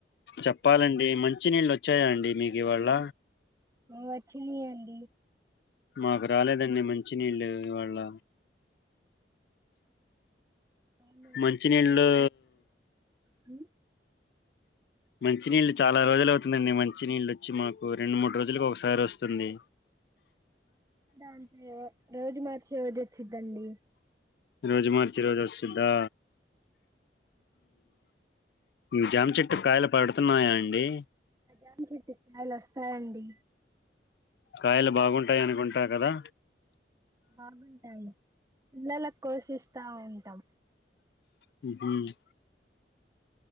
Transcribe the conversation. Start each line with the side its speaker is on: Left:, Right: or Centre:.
Left: చెప్పాలండి మంచినీళ్ళు వచ్చాయా అండి మీకు ఇవాళ
Right: వచ్చినియ్
Left: మాకు రాలేదండి మంచి నీళ్ళు ఇవాళ
Right: అవునా
Left: మంచినీళ్ళు
Right: మ్?
Left: మంచినీళ్ళు చాలా రోజులు అవుతుందిండి మంచి నీళ్ళు ఒచ్చి మాకు రెండు మూడు రోజులుకి ఒకసారి ఒస్తుంది
Right: అంతొ రోజు మార్చి రొజ్ ఒచ్చద్దండి
Left: రోజు మార్చి రోజు ఒస్తుద్దా మ్ జాం చెట్టు కాయలు పడుతున్నాయా అండి
Right: ఖజాన్ చెట్టు కాయలు వస్తాయండి
Left: కాయలు బాగుంటాయి అనుకుంటా కదా
Right: బాగుంటాయండి పిల్లల కోషిస్తా ఉంటాం
Left: మ్హ్